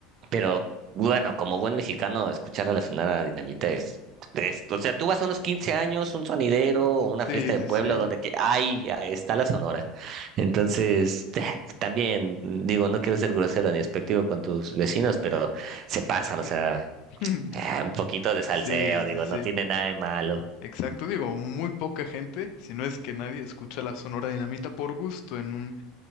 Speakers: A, on the right; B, on the left.
A: Pero bueno, como buen mexicano, escuchar a la Sonora Dinamita es, es- o sea, tú vas a unos 15 años, un sonidero,
B: Oh,
A: o una
B: Sí,
A: fiesta de
B: sí,
A: pueblo
B: sí.
A: donde que, ay, ahí está la Sonora. Entonces, <laughs> también, digo, no quiero ser grosero ni despectivo con tus vecinos, pero se pasan, o sea,
B: <laughs>
A: eh, un poquito de salseo,
B: Sí,
A: digo,
B: sí, sí.
A: no tiene nada de malo.
B: Exacto, digo, muy poca gente, si no es que nadie escucha la Sonora Dinamita por gusto en un,